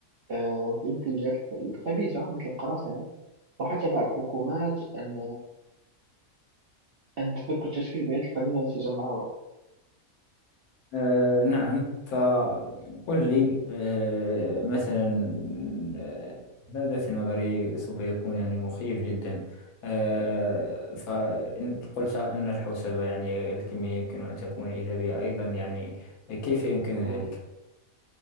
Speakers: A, on the right (about 65°); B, on the left (about 85°).
A: آه، في يد الجهات الخبيثة مثل القراصنة وحتى بعض الحكومات أن أن تفك التشبيه بين القديم الذي جمعه
B: آه نعم فقل لي آه مثلا آه هذا في نظري سوف يكون يعني مخيف جدا آه فإن قلت أن الحوسبة يعني الكمية يمكن أن تكون إيجابية أيضا يعني كيف يمكن ذلك؟
A: مم.